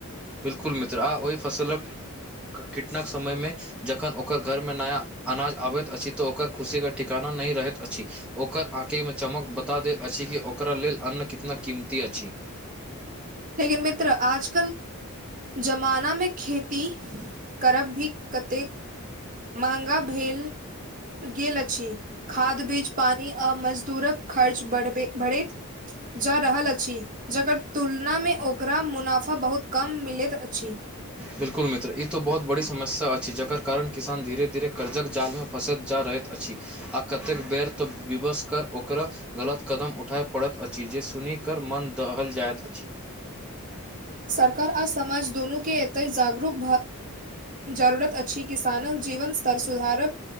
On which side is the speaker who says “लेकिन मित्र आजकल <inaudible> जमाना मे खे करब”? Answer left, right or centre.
Right